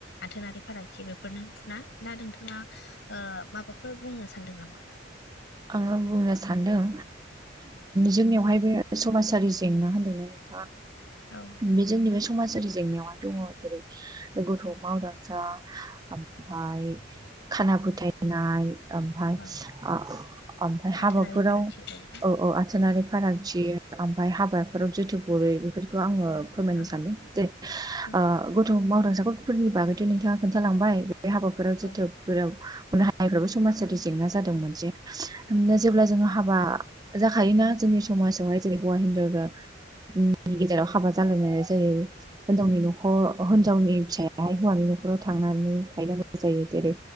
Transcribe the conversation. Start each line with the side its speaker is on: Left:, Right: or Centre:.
Left: आथोनारि फारागथि बेफोरनो ना दा नोंथाङा ओ माबाफोर बुंनो सानदों नामा?
Right: आङो बुंनो सानदों जोंनियावहाय बे समाजारि जेंना होन्दोंना नोंथाङा?
Left: औ।
Right: बे जोंनि बे समाजारि जेंनायावहाय दङ' जेरै ओ गथ' मावदांसा ओमफाय खाना फोथायनाय ओमफाय
Left: औ
Right: ओ ओमफ्राय हाबाफोराव
Left: आथोनारि फारागथि आरोना
Right: औ। औ आथोनारि फारागथि ओमफ्राय हाबाफोराव जोथोफ बेफोरखौ आङो फोरमायनो
Left: औ
Right: सानदों जे
Left: औ
Right: ओ गथ' मावदांसा गथफोरनि बागैथ' नोंथाङा खोन्थालांबाय। बे हाबाफोराव जोथोफफोरनो
Left: औ
Right: हानायफ्राबो समाजारि जेंना जायो। जादों जेब्ला जोङो हाबा जाखायोना जोंनि समाजावहाय जेरै हौवा-हिनजावनि गेजेराव हाबा जालायनाय जायो। होनजावनि न'खर होनजावनि फिसाया याहाय हौवानि न'खराव थांनानै थायनांगौ जायो जेरै